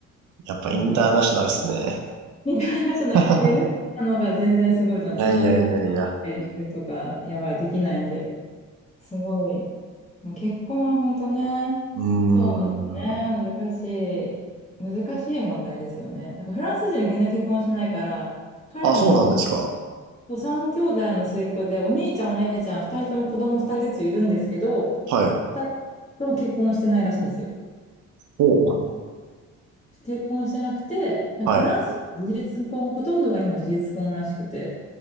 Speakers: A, on the right; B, on the left.
A: やっぱインターナショナルっすね。
B: そうなん。みたいな、そんな、
A: <laughs>
B: いや、言ったのが全然すごいと思う。
A: いやいやいやいや。
B: 私はそんな、てるとか、やばい、できないんで、すごい。もう結婚は本当ね、
A: うーん。
B: そうですね、難しい、難しい問題ですよね。なんかフランス人全然結婚しないから、彼も、
A: あ、そうなんですか。
B: そう三兄弟の末っ子で、お兄ちゃん、お姉ちゃん、二人とも子供二人ずついるんですけど、
A: はい。
B: 二人とも結婚してないらしいんですよ。
A: お、
B: 結婚してなくて、なんかフランス、
A: はい。
B: 事実婚、ほとんどが今事実婚らしくて、